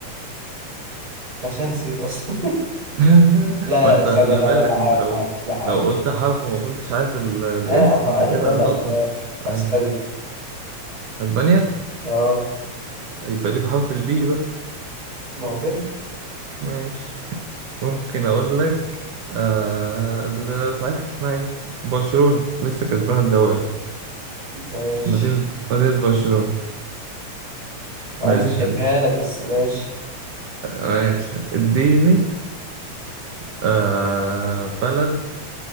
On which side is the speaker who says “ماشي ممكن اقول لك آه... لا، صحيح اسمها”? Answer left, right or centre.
Right